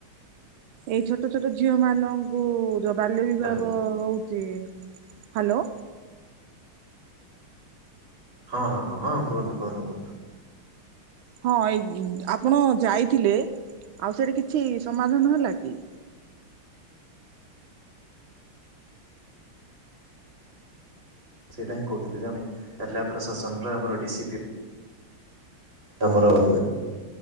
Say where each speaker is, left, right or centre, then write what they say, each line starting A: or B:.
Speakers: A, on the right (about 75°); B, on the right (about 25°).
A: ଏଇ ଛୋଟ ଛୋଟ ଝିଅ ମାନଙ୍କୁ ଯୋଉ ବାଲ୍ୟ ବିିବାହ
B: ହ୍ୟାଲୋ
A: ହଉ ଚି ହାଲୋ।
B: ହଁ ହଁ ହଁ ହଁ କୁହନ୍ତୁ କୁହନ୍ତୁ କୁହନ୍ତୁ।
A: ହଁ ଏଇ ଆପଣ ଯାଇଥିଲେ। ଆଉ ସେଇଟା କିଛି ସମାଧାନ ହେଲା କି?
B: ସେଇଟା ହିଁ କହୁଥିଲି ଯେ ଆମେ ଜିଲ୍ଲା ପ୍ରଶାସନର ଆମର ଡି ସି ପ୍ଲିନ ଆମର ବ